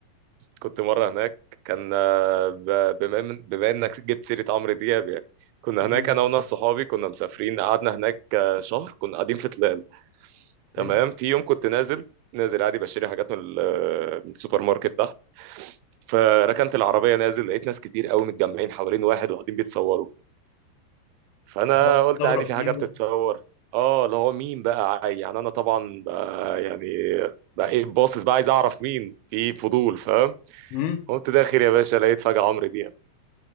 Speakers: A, on the right; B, on the left.
A: كنت مرة هناك كان آه، ب- بما إن- بما انك جبت سيرة عمرو دياب يعني كنا
B: مم.
A: هناك انا وناس صحابي كنا مسافرين قعدنا هناك آه، شهر كنا قاعدين في تلال تمام
B: حلو.
A: في يوم كنت نازل نازل عادي بشتري حاجات من ال- آه، من السوبر ماركت تحت فركنت العربية نازل لقيت ناس كتير قوي متجمعين حوالين واحد وقاعدين بيتصوروا فانا
B: طب تستغرب
A: قلت عادي في
B: مين
A: حاجة بتتصور
B: ده؟
A: اه اللي هو مين بقى عاي- يعني انا طبعا بقى يعني بقى ايه باصص بقى عايز اعرف مين في فضول فاهم
B: مم.
A: قمت داخل يا باشا لقيت فجأة عمرو دياب